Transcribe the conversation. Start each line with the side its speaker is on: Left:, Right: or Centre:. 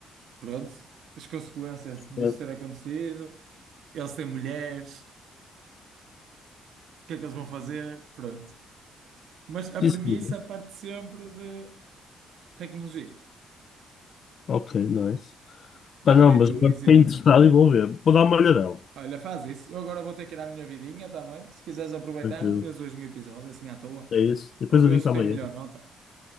Right: pronto, as consequências disso
Left: é.
Right: ter acontecido. Eles têm mulheres, o que é que eles vão fazer? Pronto. Mas a
Left: Sim,
Right: premissa
Left: sim.
Right: parte sempre de tecnologia.
Left: Ok, nice. Pá,
Right: Pá,
Left: não,
Right: dei-te
Left: mas agora
Right: um exemplo.
Left: fiquei interessado e vou ver. Vou dar uma olhadela.
Right: Olha, faz isso. Eu agora vou ter que ir à minha vidinha também. Se quiseres aproveitar,
Left: Tranquilo.
Right: vês hoje um episódio assim à toa.
Left: É isso. Depois
Right: Ou vês
Left: eu digo
Right: se
Left: amanhã.
Right: tem melhor nota.